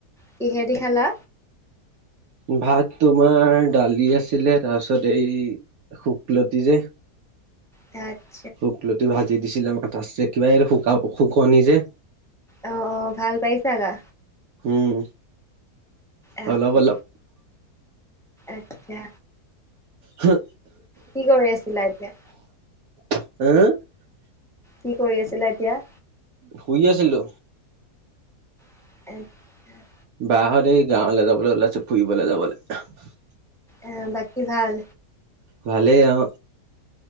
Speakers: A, in the centre; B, on the right.
A: কিহেদি খালা?
B: ভাত তোমাৰ দালি আছিলে, তাৰপিছত এই শুকলতি যে
A: তাত
B: শুকলতি ভাজি দিছিলে আমাৰ ত কিবা শুক শুকনি যে
A: অ' অ' ভাল পাইছা গা?
B: উম,
A: অ
B: অলপ
A: অ,
B: অলপ
A: আচ্ছা
B: হা
A: কি কৰি আছিলা এতিয়া?
B: <unintelligible>
A: কি কৰি আছিলা এতিয়া?
B: শুই আছিলো।
A: <unintelligible>
B: বাহৰ এই গাঁৱলৈ যাবলৈ ওলাইছে, ফুৰিবলৈ যাবলৈ।
A: আহ বাকী ভাল।
B: ভালেই আহ।